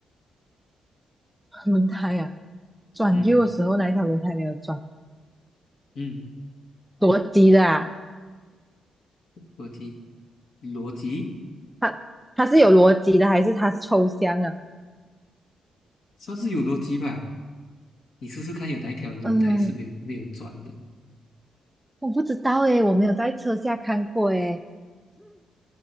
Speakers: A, in the centre; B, on the left.
A: 轮胎啊，转右的时候哪一条轮胎没有转？
B: 嗯嗯，
A: 逻辑的啊，
B: 逻辑逻辑
A: 它它是有逻辑的，还是它是抽象啊？
B: 算是有逻辑吧。你试试看，有哪一条轮胎是没有没有转的？
A: 嗯，我不知道诶，我没有在车下看过诶。